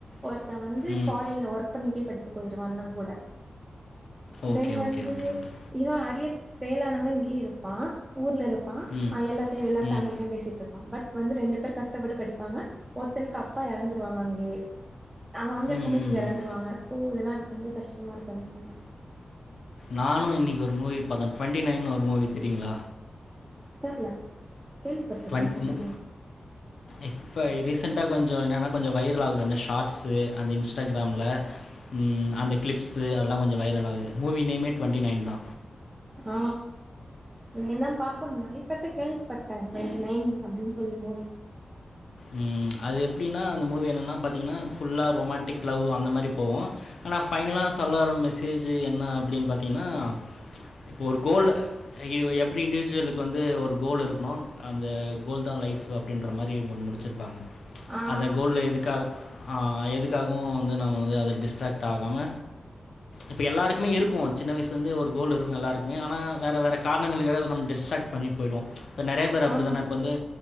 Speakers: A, on the right; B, on the left.
A: ஒருத்த வந்து
B: ம்.
A: ஃபாரின்ல ஒர்க் பண்ட்டே படிக்க போய்ருவா அண்ண கூட
B: ஓகே,
A: தென்
B: ஓகே,
A: வந்து
B: ஓகே, ஓகே.
A: இவ அரியர் ஃபெயிலானவ இங்கயே இருப்பா ஊர்ல இருப் ப்பா
B: ம்.
A: எல்லாத்தையு எல்லா ஃபேமிலிட்டயு
B: ம்.
A: பேசிட்டு இருப்பா பட் வந்து ரெண்டு பேர் கஷ்டப்பட்டு படிப்பாங்க ஒருத்தனுக்கு அப்பா எறந்துருவாங்க அங்கயே அவ அங்க இருக்கும்
B: ம்,
A: போது
B: ம்,
A: இங்க எறந்துருவாங்க
B: ம்.
A: சோ இதெல்லா இருக்கும்போது கஷ்டமா இருக்கு அந்த சீன்
B: நானு இன்னைக்கு ஒரு மூவி பாத்தே டுவென்டி நையன் ஒரு மூவி தெரியுங்களா
A: தெர்ல கேள்வி பட்டுருக்கே
B: ட்வென்
A: டூவென்டி
B: மு
A: நைன்
B: இப்ப ரீசெண்ட்டா கொஞ்சோ என்னென்னா கொஞ்சோ வைரல் ஆகுது அந்த ஷார்ட்ஸு அந்த இன்ஸ்டாகிராம்ல ம் அந்த கிளிப்ஸு அதெல்லா கொஞ்ச வைரல் ஆகுது மூவி நேமே டுவெண்ட்டி நைன் தா
A: ஆ இனி தா பாக்கணு நறையபேர்ட்ட கேள்விப்பட்ட டுவென்டி நைன் அப்டின்னு சொல்லி மூவி
B: ம் அது எப்டின்னா அந்த மூவி என்னென்னா பாத்தீங்கன்னா ஃபுல்லா ரொமண்டிக் லவ் அந்த மாரி போவோ ஆனா ஃபைனல சொல்லவர மெசேஜ் என்ன அப்டின்னு பாத்தீன்னா இப்போ ஒரு கோல்லு எப்டி இண்டீஜுவலுக்கு வந்து ஒரு கோல் இருக்கணு அந்த கோல் தா லைஃப்பு அப்டின்ற மாரி ஒரு முடி ச்சிருப்பாங்க
A: ஆ
B: அந்த கோல்ல எதுக்கா எதுக்காகவு வந்து நம்ம வந்து அத டிஸ்ட்ராக்ட் ஆகாம இப்ப எல்லாருக்குமே இருக்கு சின்ன வயசுலருந்தே ஒரு கோல் இருக்கு எல்லாருக்குமே ஆனா வேறு காரணங்களுக்காக நம்ம டிஸ்ட்ராக்ட் பண்ணிட்டு போய்டுவோ இப்ப நெறைய பேர் அப்டித்தான
A: ஆமா
B: இப்ப வந்து